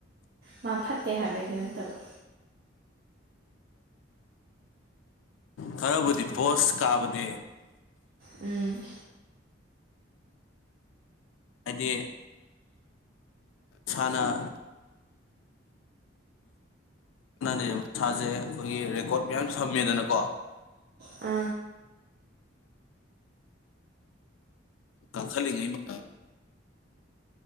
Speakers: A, on the right (about 50°); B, on the left (about 85°).
A: ꯃꯥ ꯐꯠꯇꯦ ꯍꯥꯏꯕꯩꯗꯨ ꯅꯠꯇꯕ
B: ꯈꯔꯕꯨꯗꯤ ꯄꯣꯁ ꯀꯥꯕꯅꯦ
A: ꯎꯝ
B: ꯑꯗ ꯁꯅ ꯅꯦ ꯃꯁꯥꯁꯦ ꯑꯩꯈꯣꯏꯒꯤ ꯔꯦꯀꯣꯔꯠ ꯃꯌꯥꯝ ꯁꯝꯃꯦꯗꯅꯀꯣ
A: ꯑ
B: ꯀꯪꯈꯂꯤꯉꯩ ꯃ